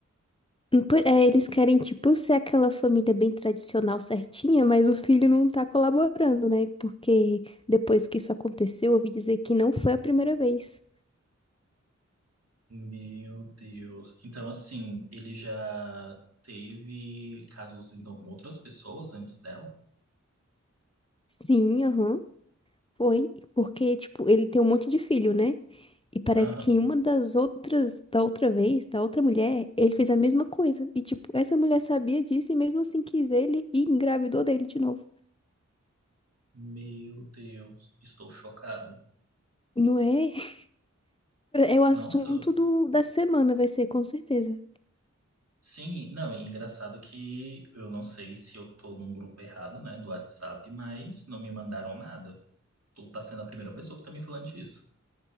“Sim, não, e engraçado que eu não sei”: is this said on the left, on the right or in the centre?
Right